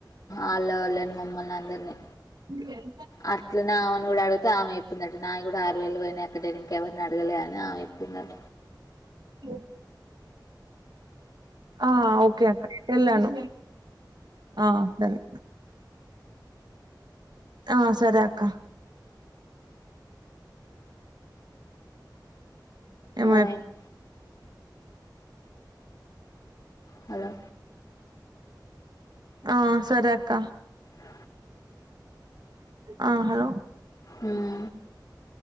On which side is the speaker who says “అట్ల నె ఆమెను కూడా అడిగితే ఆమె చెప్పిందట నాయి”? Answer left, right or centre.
Left